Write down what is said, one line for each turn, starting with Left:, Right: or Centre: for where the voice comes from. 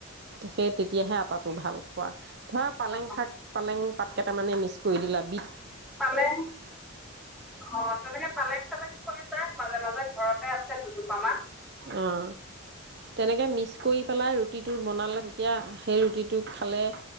Right: সে তেতিয়াহে আটাটো ভাল খোৱা। ধৰা পালেং
Centre: অ
Right: শাক, পালেং পাতকেইটামানে মিছ কৰি দিলা বিত
Centre: পালেং, অ' তেনেকে পালেং চালেং হৈ যায় মাজে মাজে ঘৰতে আছে দুজোপা মান।
Right: অ' তেনেকে মিক্স কৰি পেলাই ৰুটিটো বনালে তেতিয়া সেই ৰুটিটো খালে